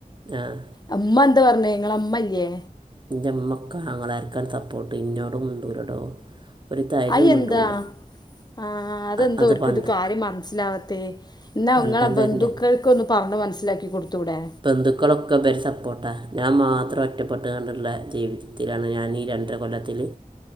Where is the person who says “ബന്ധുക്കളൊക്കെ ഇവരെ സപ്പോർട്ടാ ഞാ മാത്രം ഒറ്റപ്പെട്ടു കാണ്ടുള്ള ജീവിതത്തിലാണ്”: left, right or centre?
Right